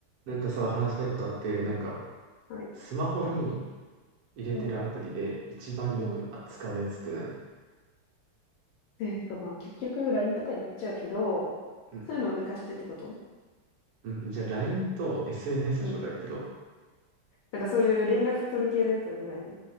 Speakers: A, on the right (about 80°); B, on the left (about 85°).
A: なんかさ、話したいことあって、なんか、
B: はい。
A: スマホに入れてるアプリで一番よく扱うやつって何
B: うん、うん。えっと、まあ、結局、LINE とかになっちゃうけど、
A: うん。
B: そういうのを抜かしてってこと
A: うん。じゃあ、LINE と SNS
B: うん。
A: 除外ってどう
B: なんかそういう連絡取る系のやつは除外ね。